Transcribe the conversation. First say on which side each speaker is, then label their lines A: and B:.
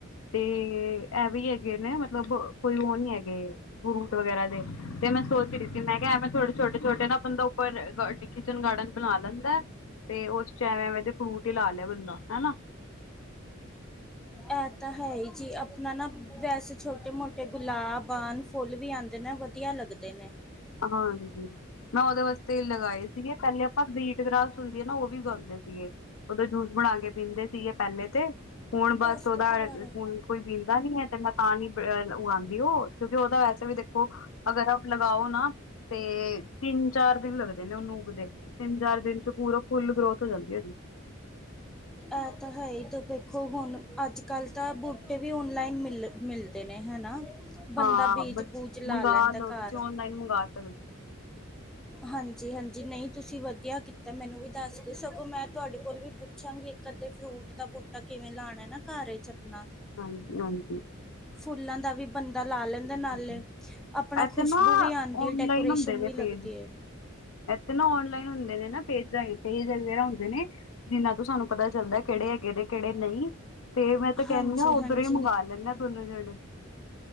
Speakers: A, on the left; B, in the centre.
A: ਤੇ ਇਹ ਵੀ ਹੈਗੇ ਨੇ ਮਤਲਬ ਕੋਈ ਉਹ ਨੀ ਹੈਗੇ ਫਰੂਟ ਵਗੈਰਾ ਦੇ। ਤੇ ਮੈਂ ਸੋਚ ਰਹੀ ਸੀ ਮੈਂ ਕਿਹਾ ਐਵੇ ਥੋੜੇ ਛੋਟੇ-ਛੋਟੇ ਨਾ ਬੰਦਾ ਉੱਪਰ ਕਿਚਨ ਗਾਰਡਨ ਬਣਾ ਲੈਂਦਾ। ਤੇ ਉਸ ਚ ਐਵੇਂ-ਐਵੇਂ ਦੇ ਫਰੂਟ ਹੀ ਲਾ ਲਏ ਬੰਦਾ ਹਨਾ।
B: ਇਹ ਤਾਂ ਹੈ ਹੀ ਜੀ ਆਪਣਾ ਨਾ ਵੈਸੇ ਛੋਟੇ ਮੋਟੇ ਗੁਲਾਬ ਆਨ ਫੁੱਲ ਵੀ ਆਉਂਦੇ ਨੇ ਵ ਵਧੀਆ ਲੱਗਦੇ ਨੇ।
A: ਹਾਂਜੀ ਮੈਂ ਉਹਦੇ ਵਾਸਤੇ ਲਗਾਏ ਸੀਗੇ। ਪਹਿਲੇ ਆਪਾ ਵੀਟ ਗ੍ਰਸ ਹੁੰਦੀ ਹੈ ਨਾ ਉਹ ਵੀ ਉਗਾਉਂਦੇ ਸੀਗੇ ਉਦੋਂ ਜੂਸ ਬਣਾ ਕੇ ਪੀਂਦੇ ਸੀ ਪਹਿਲੇ ਤੇ ਹੁਣ ਬਸ
B: ਦੱਸ
A: ਉਹਦਾ
B: ਤੋਂ ਦੁਬਾਰਾ
A: ਹ ਕੋਈ ਪਿੰਦਾ ਨੀ ਹੈ ਤੇ ਮੈਂ ਤਾਂ ਨੀ ਉਗਾ ਦਿਓ ਕਿਉਂਕਿ ਉਹਦਾ ਵੈਸੇ ਵੀ ਦੇਖੋ ਅਗਰ ਆਪ ਲਗਾਓ ਨਾ ਤੇ ਤਿੰਨ ਚਾਰ ਦਿਨ ਲੱਗਦੇ ਨੇ ਉਨੂੰ ਉਗਦੇ ਤਿੰਨ ਚਾਰ ਦਿਨ ਚ ਪੂਰਾ ਫੁੱਲ ਗਰੋਥ ਹੋ ਜਾਂਦੀ ਹੈ ਓਦੀ।
B: ਇਹ ਤਾਂ ਹੈ ਹੀ ਤਾਂ ਵੇਖੋ ਹੁਣ ਅੱਜ ਕੱਲ੍ਹ ਤਾਂ ਬੂਟੇ ਵੀ ਔਨਲਾਈਨ ਮਿਲ ਮਿਲ ਦੇ ਨੇ ਹਨਾ ਬੰਦਾ
A: ਹਾਂ
B: ਬੀਜ-ਬੂਜ
A: ਬਟ
B: ਲਾ
A: ਮੰਗਵਾ
B: ਲੈਂਦਾ
A: ਲਓ
B: ਘਰ।
A: <unintelligible>
B: ਹਾਂਜੀ-ਹਾਂਜੀ ਨਈ ਤੁਸੀ ਵਧੀਆ ਕੀਤਾ ਮੈਨੂੰ ਵੀ ਦੱਸ ਦੋ ਸਗੋਂ ਮੈਂ ਤੁਹਾਡੇ ਕੋਲ ਵੀ ਪੁੱਛਾਂਗੀ। ਕਦੇ ਫਰੂਟ ਦਾ ਬੂਟਾ ਕਿਵੇਂ ਲਾਣਾ ਨਾ ਘਰ ਚ ਆਪਣਾ।
A: ਹਾਂਜੀ-ਹਾਂਜੀ
B: ਫੁੱਲਾਂ ਦਾ ਵੀ ਬੰਦਾ ਲਾ ਲੈਂਦਾ ਨਾਲੇ
A: ਸੀ
B: ਆਪਣਾ
A: ਇੱਥੇ
B: ਖੁਸ਼ਬੂ
A: ਨਾ
B: ਵੀ ਆਉਂਦੀ
A: ਔਨਲਾਈਨ
B: ਹੈ ਡੈਕੋਰੇਸ਼ਨ
A: ਹੁੰਦੇ
B: ਵੀ
A: ਨੇ
B: ਲੱਗ
A: ਪੇਜ
B: ਦੀ ਏ।
A: ਇੱਥੇ ਨਾ ਔਨਲਾਈਨ ਹੁੰਦੇ ਨੇ ਨਾ ਪੇਜਾਂ ਪੇਜ ਵਰਾ ਹੁੰਦੇ ਨੇ। ਜਿੰਨਾ ਤੋਂ ਸਾਨੂੰ ਪਤਾ ਚੱਲਦਾ ਕਿਹੜੇ ਹੈਗੇ ਨੇ ਕਿਹੜੇ ਨਈ ਤੇ ਕੈਨੀ
B: ਹਾਂਜੀ
A: ਆ
B: ਹਾਂਜੀ
A: ਉੱਧਰੋ ਹੀ ਮੰਗਵਾ ਲੈਂਦੇ ਹਾਂ ਦੋਨੋ ਜਨੇ।